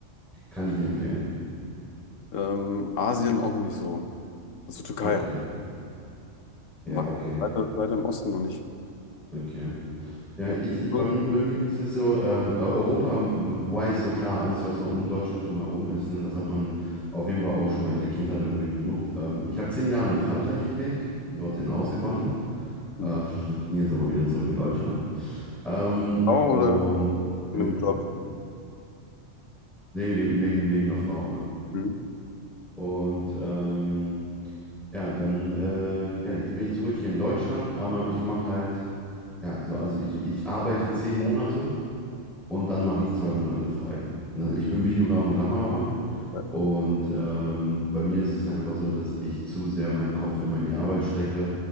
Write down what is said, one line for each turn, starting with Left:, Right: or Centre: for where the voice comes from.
Centre: Kann ich empfehlen.
Left: Ähm, Asien auch noch nicht so. Also Türkei
Centre: Okay.
Left: halt.
Centre: Ja,
Left: weiter,
Centre: okay.
Left: weiter, weiter im Osten noch nicht.
Centre: Okay. Ja,
Left: Ja.
Centre: ich, ich,
Left: So.
Centre: bei, bei mir ist es so, ähm, Europa weiß so klar, alles, was so um Deutschland drumherum ist, ne, das hat man auf jeden Fall auch schon mal in der Kindheit irgendwie besucht. Ähm, ich habe zehn Jahre in Frankreich gelebt, bin dorthin ausgewandert,
Left: Mhm.
Centre: äh, <laughs> bin jetzt aber wieder zurück in Deutschland. Ähm,
Left: Auch oder
Centre: und,
Left: in
Centre: wie
Left: einem
Centre: bitte?
Left: Job?
Centre: Nee, wegen, wegen, wegen der Frau, ja.
Left: Mhm.
Centre: Und ähm, ja, dann, äh, ja, jetzt bin ich zurück hier in Deutschland, aber ich mache halt, ja, so, also ich, ich arbeite zehn Monate und dann mache ich zwei Monate frei. Also Ich bin Videograf und Kameramann
Left: Ja,
Centre: und ähm, bei mir ist es halt einfach so, dass ich zu sehr meinen Kopf immer in die Arbeit stecke